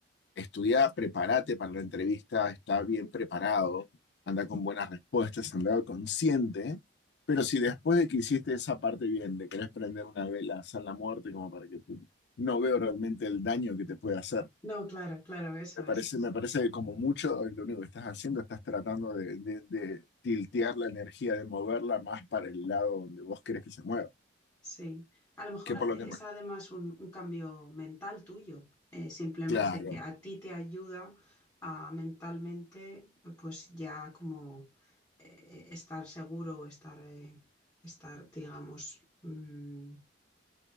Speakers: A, on the left; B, on the left.
A: estudiar, prepárate para la entrevista, está bien preparado, anda con buenas respuestas, andar consciente, pero si después de que hiciste esa parte bien, de querés prender una vela, hacer la muerte, como para que tú, no veo realmente el daño que te puede hacer.
B: No, claro, claro, eso
A: Me
B: es.
A: parece, me parece como mucho, lo único que estás haciendo, estás tratando de, de- de tiltear la energía, de moverla más para el lado donde vos querés que se mueva,
B: Sí, a lo mejor
A: que por
B: es
A: lo que más.
B: además un, un cambio mental tuyo, eh, simplemente
A: Claro.
B: que a ti te ayuda a mentalmente, pues ya como eh, estar seguro o estar, eh, estar, digamos, mm,